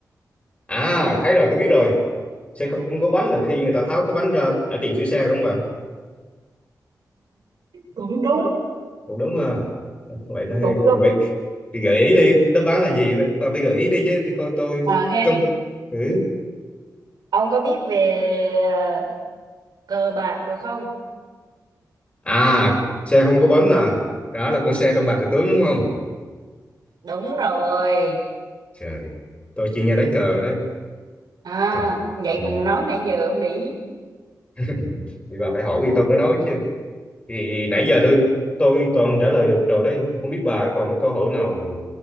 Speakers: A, on the left; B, on the right.
A: à thấy rồi tôi biết rồi xe không, không có bánh là khi người ta tháo cái bánh ra để tìm sửa xe đúng không ạ
B: Cũng đúng,
A: cũng đúng ha vậy là
B: cũng đúng
A: vậy thì gợi ý đi đáp án là gì tao phải gợi ý đi chứ để coi tôi
B: mà
A: có
B: he.
A: cơm thử
B: Ông có biết về ờ, cờ bạc được không?
A: à xe không có bánh à đó là con xe trong
B: Ừ,
A: bàn cờ tướng đúng không
B: Đúng rồi.
A: trời tôi chuyên gia đánh cờ đấy
B: À,
A: thật
B: vậy
A: ừ.
B: mình nói nãy giờ không để ý.
A: <laughs> thì bà phải hỏi thì tôi mới nói chứ thì nãy giờ tôi tôi toàn trả lời được rồi đấy không biết bà còn câu hỏi nào